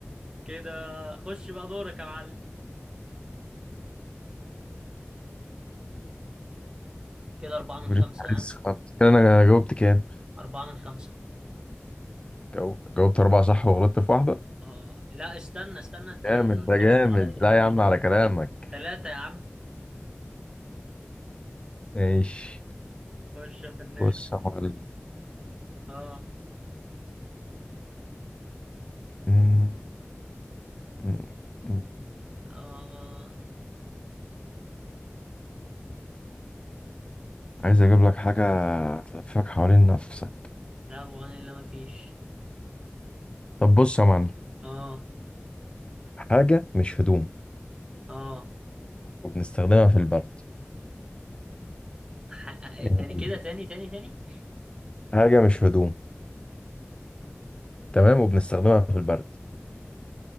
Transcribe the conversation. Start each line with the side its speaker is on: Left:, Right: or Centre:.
Right: كده خش بقى دورك يا معلم كده أربعة من
Left: بريك
Right: خمسة
Left: عايز
Right: ها
Left: خالص كده انا جاوبت كام؟
Right: أربعة من خمسة
Left: جاوب- جاوبت اربعة صح وغلطت في واحدة
Right: آه لا استنى استنى أنت
Left: جامد ده
Right: تنصب
Left: جامد
Right: عليا
Left: لا يا عم على كلامك
Right: تلاتة يا عم
Left: ماشي
Right: خش في النار
Left: بص يا معلم
Right: آه
Left: مم، مم، مم.
Right: آه
Left: عايز اجيب لك حاجة تلفك حوالين نفسك
Right: لا أبو عن إلا مفيش
Left: طب بص يا معلم
Right: آه
Left: حاجة مش هدوم
Right: آه
Left: وبنستخدمها في البرد
Right: ح...
Left: إيه
Right: تاني
Left: هي؟
Right: كده تاني تاني تاني
Left: حاجة مش هدوم تمام وبنستخدمها في البرد